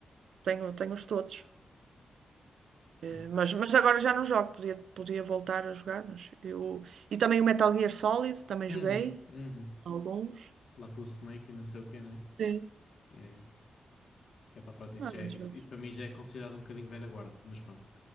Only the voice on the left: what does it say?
ok.
Uhum,
uhum.
Lá com o Snake e não sei o quê, né?
É, epá, pronto, isso,
já
é- isso, isso para mim já é considerado um bocadinho velha guarda, mas pronto.